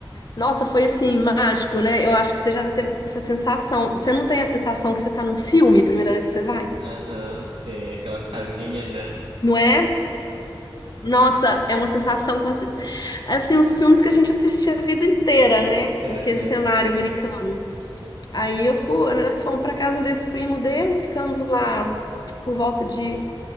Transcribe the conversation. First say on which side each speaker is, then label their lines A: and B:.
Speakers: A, on the left; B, on the right.
A: nossa, foi assim, mágico, né? Eu acho que você já teve essa sensação. Você não tem a sensação que você tá num filme, a primeira vez que você vai?
B: aham, sim. Aquelas casinhas, né?
A: Não é? Nossa, é uma sensação como se... Assim, os filmes que a gente assistia a vida inteira, né?
B: <laughs>
A: Aquele cenário americano. Aí eu fui, nós fomos para casa desse primo dele, ficamos lá por volta de,